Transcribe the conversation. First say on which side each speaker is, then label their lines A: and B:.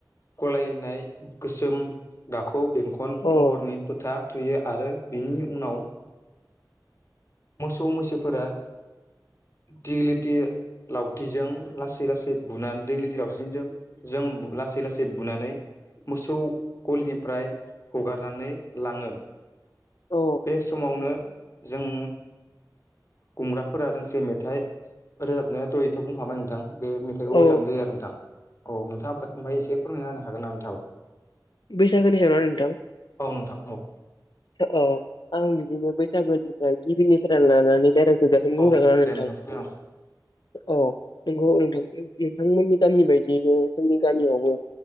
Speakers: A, on the left (about 40°); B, on the left (about 80°).
A: गलायनाय गोसोम गाखो खौ बेंखन
B: औ
A: महरनि फोथा थुयो आरो बिनि उनाव मोसौ मैसोफोरा दिगलिटि लावथिजों लासै लासै बुनानै दिग्लिथि लावथिंजों जों लासै लासै बुनानै मोसौ गलिनिफ्राय हगारनानै लाङो।
B: औ
A: बे समावनो जों गुमग्राफोरा दोंसे मेथाइ रोजाबनायाथ' एथ' बुंङामाय नोंथां। बे मेथाइखौ
B: औ
A: रोजाबनाय जायो आरो नोंथां। औ नोंथाङा ओमफ्राय एसे फोरमायना होनो हागोन नामा नोंथांङाबो?
B: बैसागोनि ओ आरो नोंथां?
A: औ नोंथां औ।
B: औ आं बिदिनो बैसागोनिफ्राय गिबिनिफ्राय लानानै डाइरेक्ट जोबजासिम
A: औ
B: बुंदों नोंथां।
A: दे सावरायलां
B: औ नंगौ नोंथांमोननि गामि बायदियैनो जोंनि गामियावबो